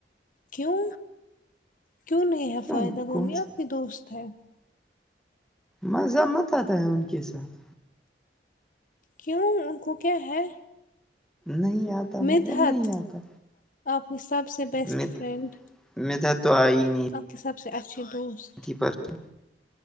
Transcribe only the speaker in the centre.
کیوں
کون
سا
مزہ مت آتا ہے ان کے ساتھ
نہیں آتا مطلب
نہیں آتا
نہیں
ندھا تو آئی نہیں
پرسوم